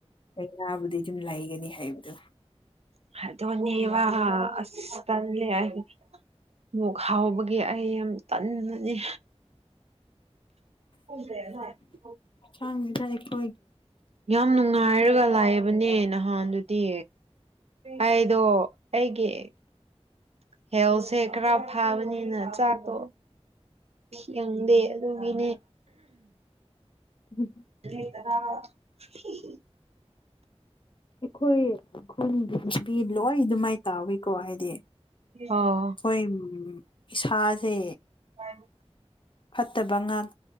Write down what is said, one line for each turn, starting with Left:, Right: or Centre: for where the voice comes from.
Left: ꯂꯩꯅꯕꯨꯗꯤ ꯗꯨꯝ ꯂꯩꯒꯅꯤ ꯍꯥꯏꯕꯗꯣ
Right: ꯑꯗꯨꯅꯤꯕ ꯑꯁ ꯇꯜꯂꯦ ꯑꯩꯗꯤ ꯃꯨꯛ ꯍꯥꯎꯕꯒꯤ ꯑꯩ ꯌꯥꯝ ꯇꯟꯕꯅꯤ <unintelligible>
Left: <unintelligible>
Right: ꯌꯥꯝ ꯅꯨꯡꯉꯥꯏꯔꯒ ꯂꯩꯕꯅꯦ ꯅꯍꯥꯟꯗꯨꯗꯤ ꯑꯩꯗꯣ ꯑꯩꯒꯤ ꯍꯦꯜꯁꯦ ꯈꯥꯔ ꯐꯥꯕꯅꯤꯅ ꯆꯥꯛꯇꯣ ꯐꯤꯌꯪꯗꯦ ꯑꯗꯨꯒꯤꯅꯦ
Left: <unintelligible>
Right: <inaudible>
Left: ꯑꯩꯈꯣꯏ ꯈꯨꯟꯒꯤ ꯅꯨꯄꯤ ꯂꯣꯏ ꯗꯨꯃꯥꯏꯅ ꯇꯥꯎꯋꯤꯀꯣ ꯍꯥꯏꯗꯤ
Right: ꯑꯣ
Left: ꯈꯣꯏ ꯎꯝ ꯏꯁꯥꯁꯦ
Right: ꯐꯩ
Left: ꯐꯠꯇꯕ ꯉꯥꯛ